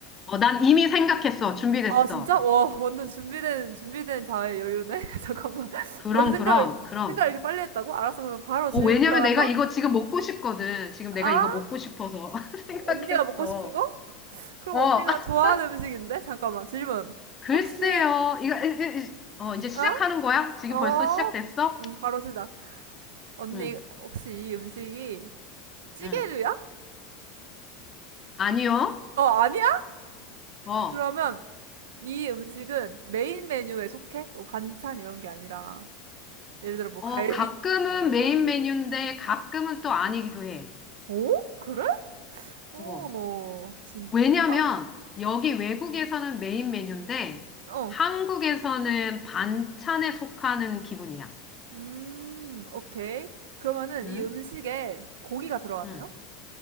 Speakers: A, on the left; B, on the right.
A: 어, 난 이미 생각했어. 준비됐어.
B: 아 진짜? 와 완전 준비된 준비된 자의 여유네. <laughs> 잠깐만.
A: 그럼,
B: 벌써 생각을
A: 그럼, 그럼.
B: 생각을 이렇게 빨리 했다고? 알았어. 그럼 바로 질문
A: 어, 왜냐면
B: 들어간다.
A: 내가 이거 지금 먹고 싶거든. 지금
B: 아
A: 내가 이거 먹고 싶어서 <laughs> 생각했어.
B: 언니가 먹고 싶은 거? 그럼
A: 어,
B: 언니가
A: <laughs>
B: 좋아하는 음식인데? 잠깐만 질문.
A: 글쎄요.
B: 혹시
A: 이거, 이- 이- 이- 어, 이제 시작하는
B: 어?
A: 거야? 지금
B: 어?
A: 벌써 시작됐어?
B: 응 바로 시작. 언니
A: 응,
B: 혹시 이 음식이 찌개류야?
A: 응. 아니요.
B: 어 아니야?
A: 어,
B: 그러면 이 음식은 메인 메뉴에 속해? 뭐 반찬 이런 게 아니라 예를 들어 뭐
A: 어,
B: 갈비찜
A: 가끔은
B: 이런 거
A: 메인
B: 있잖아.
A: 메뉴인데 가끔은 또 아니기도 해.
B: 오? 그래? 오,
A: 어.
B: 진짜?
A: 왜냐면
B: 어,
A: 여기 외국에서는 메인 메뉴인데
B: 어.
A: 한국에서는 반찬에 속하는 기분이야.
B: 음, 오케이. 그러면은
A: 응?
B: 이 음식에 고기가 들어가나요?
A: 응.